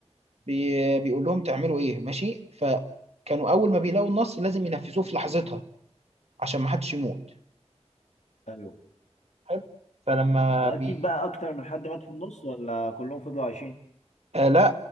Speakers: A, on the right (about 65°); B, on the left (about 90°).
A: بي بيقول لهم تعملوا ايه ماشي فكانوا اول ما بيلاقوا النص لازم ينفذوه في لحظتها عشان ما حدش يموت
B: ايوه
A: حلو فلما
B: واكيد
A: بي
B: بقى اكتر من حد مات في النص ولا كلهم فضلوا عايشين
A: آه لا